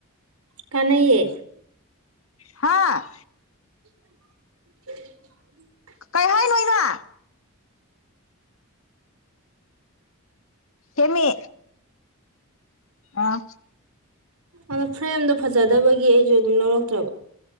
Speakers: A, on the right; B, on the left.
A: ꯀꯟꯅꯩꯌꯦ
B: ꯍꯥꯥ
A: ꯎ
B: ꯀꯩ ꯍꯥꯏ ꯅꯣ ꯏꯃꯥ ꯑꯦꯝꯃꯦ ꯑꯥ
A: ꯑꯗꯣ ꯐ꯭ꯔꯦꯝꯗꯣ ꯐꯖꯗꯕꯒꯤ ꯑꯩꯁꯨ ꯑꯗꯨꯝ ꯂꯧꯔꯛꯇ꯭ꯔꯕ